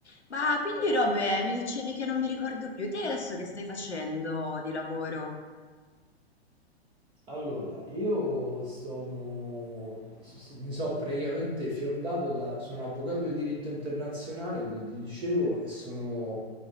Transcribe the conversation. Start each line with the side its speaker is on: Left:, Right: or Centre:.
Left: Ma quindi Robe, mi dicevi che non mi ricordo più, te adesso che stai facendo di lavoro?
Right: Allora, io sono, s- mi sono praticamente fiondato da, sono avvocato di diritto internazionale, come ti dicevo, e sono,